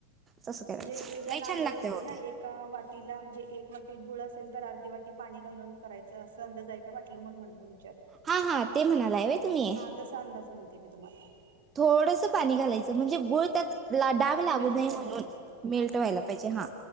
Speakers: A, on the right (about 20°); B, on the right (about 60°).
A: तसं
B: ठीके
A: करायचं
B: म्हणजे एकाना
A: नाही छान
B: अंदा
A: लागते
B: असतोय
A: हो
B: ना
A: ते
B: एक एका वाटीला म्हणजे एक वाटीत गुळ असेल तर अर्धी वाटी पाणी घालून करायचं असं अंदाज हाय का वाटली म्हणून म्हटल मी.
A: हा हा ते म्हणालाय होय तुम्ही
B: हा तसा अंदाज म्हणते मी तुम्हाला
A: थोडंसं पाणी घालायचं म्हणजे गुळ त्यात डाग लागू
B: मेल्ट
A: नये
B: व्हायला
A: म्हणून
B: पाहिजे
A: मेलट
B: हां हां
A: व्हायला
B: हां
A: पाहिजे हा